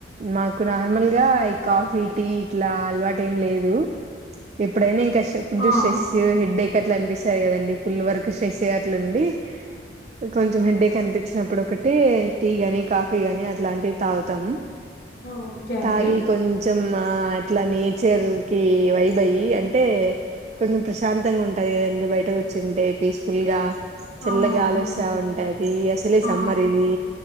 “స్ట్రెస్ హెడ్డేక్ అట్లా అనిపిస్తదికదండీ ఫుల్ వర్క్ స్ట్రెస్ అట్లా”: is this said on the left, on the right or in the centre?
Right